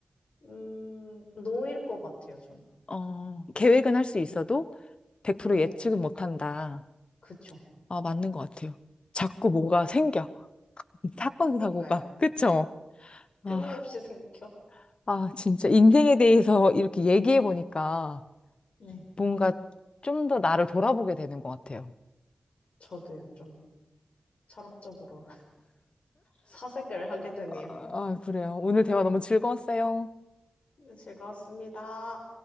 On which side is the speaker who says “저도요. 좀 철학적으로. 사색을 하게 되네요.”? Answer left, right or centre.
Left